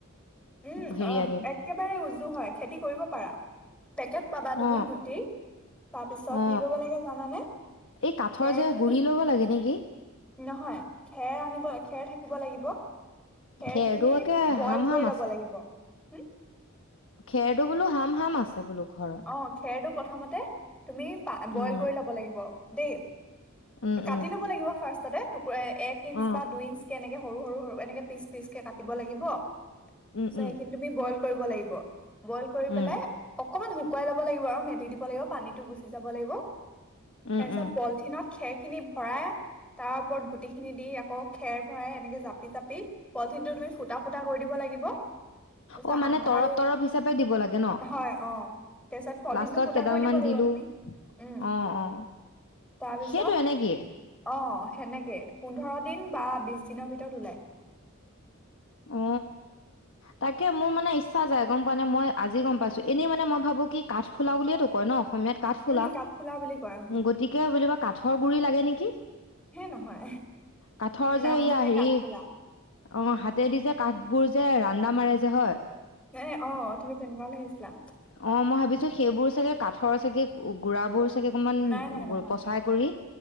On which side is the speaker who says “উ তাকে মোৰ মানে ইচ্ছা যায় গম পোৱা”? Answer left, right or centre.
Left